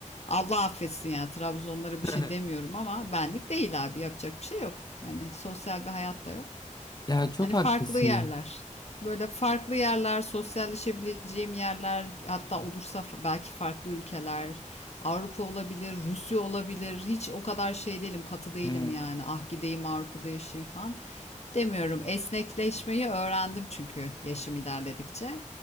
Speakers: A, on the left; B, on the left.
A: Allah affetsin ya Trabzonlara bir
B: <laughs>
A: şey demiyorum ama benlik değil abi yapacak bir şey yok. Hani sosyal bir hayat da yok.
B: Ya çok
A: Hani
B: haklısın
A: farklı yerler.
B: ya.
A: Böyle farklı yerler, sosyalleşebileceğim yerler, hatta olursa fa- belki farklı ülkeler. Avrupa olabilir, Rusya olabilir. Hiç o kadar şey değilim, katı değilim
B: Ee,
A: yani. Ah gideyim Avrupa'da yaşayayım falan demiyorum. Esnekleşmeyi öğrendim çünkü yaşım ilerledikçe.